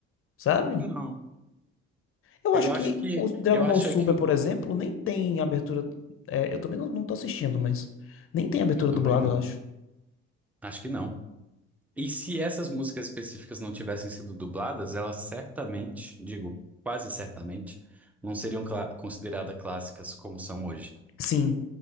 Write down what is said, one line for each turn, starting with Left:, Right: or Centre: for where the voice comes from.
Left: sabe?
Centre: Não,
Left: Eu
Centre: eu
Left: acho
Centre: acho
Left: que
Centre: que
Left: o Dragon
Centre: eu
Left: Ball
Centre: acho
Left: Super,
Centre: que o-
Left: por exemplo, nem tem abertura. é, eu também não, não tô assistindo, mas nem tem abertura
Centre: eu também
Left: dublada,
Centre: não.
Left: eu acho.
Centre: Acho que não. E se essas músicas específicas não tivessem sido dubladas, elas certamente, digo, quase certamente, não seriam cla- consideradas clássicas como são hoje.
Left: Sim.